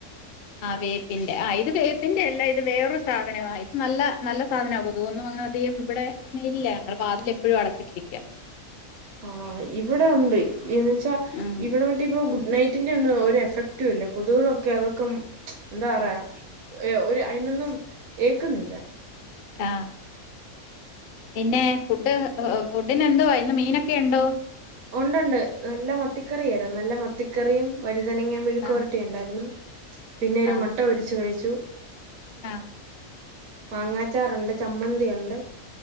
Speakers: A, on the left; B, on the right.
A: ആ വേപ്പിന്റെ ആ ഇത് വേപ്പിന്റെ അല്ലാ ഇത് വേറെ സാധാനവാ ഇത് നല്ല നല്ല സാധനവാ കൊതുകൊന്നും അങ്ങനെ അധികം ഇവടെ അങ്ങനെ ഇല്ല ഞങ്ങള് വാതിൽ എപ്പോഴും അടച്ചിട്ടിരിക്ക്യാ
B: ആഹ് ഇവടെ ഒണ്ട് എന്ന്ച്ചാ
A: ഉം
B: ഇവിടെ മറ്റേ ഇപ്പം ഗുഡ് നൈറ്റിന്റെ ഒന്നും ഒര് എഫക്റ്റുല്ലാ കൊതുകുകളൊക്കെ അതൊക്കെ ഉം എന്താ പറയാ യെ ഒര് അയീനൊന്നും ഏക്ക് നീല്ലാ
A: ആാ പിന്നെ ഫുഡ് യെ ഫുഡിന് എന്തുവാ ഇന്ന് മീനൊക്കെ ഒണ്ടോ
B: ഒണ്ടണ്ട് നല്ലാ മത്തിക്കറിയാ നല്ലാ മത്തിക്കറിയും വഴ് വഴതങ്ങാ മിഴുകൊരെട്ടിയും
A: ആ
B: ഒണ്ടാര്ന്ന് പിന്നെ ഒര്
A: ആ
B: മെട്ട പൊരിച്ച് കഴിച്ചു
A: ആ
B: മാങ്ങാച്ചാറെണ്ട് ചമ്മന്തി ഒണ്ട്